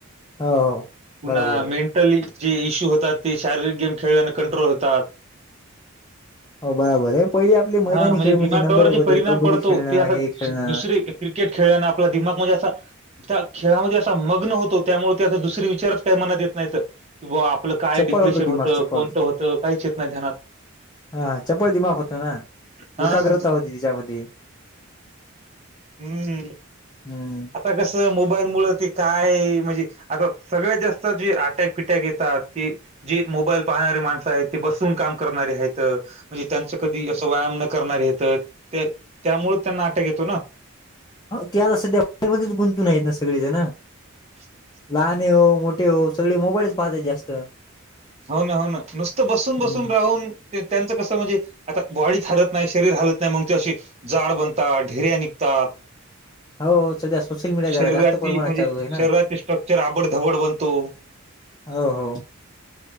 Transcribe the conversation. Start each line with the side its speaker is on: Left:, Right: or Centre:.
Left: हो हो.
Right: पुन्हा
Left: बरोबर आहे.
Right: मेंटली जे इश्यू होतात ते शारीरिक गेम खेळल्याने कंट्रोल होतात
Left: हो बरोबर आहे पहिली आपली मैदानी
Right: हां,
Left: खेळ म्हणजे
Right: दिमागावर
Left: नंबर एक
Right: जे
Left: होती
Right: परिणाम
Left: कबड्डी
Right: पडतो,
Left: खेळणं
Right: ते असा
Left: हे खेळणं
Right: शि दुसरे क्रिकेट खेळल्याना आपला दिमाग म्हणजे असं त्या खेळामध्ये असा मग्न होतो त्यामुळे त्याचा दुसर विचारच काही मनात येत नाही तर किं आपलं काय
Left: चपळ
Right: डिप्रेशन
Left: होतो
Right: होतं
Left: दिमाग चपळ
Right: कोणतं होतं काही चेत नाही धनात
Left: हा चपल दिमागख होतो ना
Right: हां,
Left: एकाग्रता होती त्याच्यामध्ये
Right: हम्म
Left: हम्म
Right: आता कसं मोबाईल मु ते काय म्हणजे आता सगळ्यात जास्त जे अटॅक पिटॅक येतात ते जे मोबाईल पाहणारे माणसं आहेत ते बसून काम म्हणजे त्यांच कधी अस व्यायाम न करणारेेत ते त्यामुळेच त्यांना अटक येतो ना
Left: त्या सध्या बारमध्येध्येच गुंतून आहेत ना सगळे जण
Right: <inaudible>
Left: लहाने हो मोठे हो सगळे मोबाईलच पाहतात जास्त
Right: हो ना हो ना नुसतं बसून बसून
Left: हम्म.
Right: राहून त्यांचं कसं म्हणजे आता बॉडी हलत नाही शरीर हलत नाही मग ते अशी जाड बनतात ढिऱ्या निघतात.
Left: हो सध्या सोशल मीडिया जरा
Right: शरीराची
Left: जास्त प्रमाणात
Right: म्हणजे
Left: चालू आहे ना.
Right: शरीराची स्ट्रक्चर आबडधवड बनतो.
Left: हो हो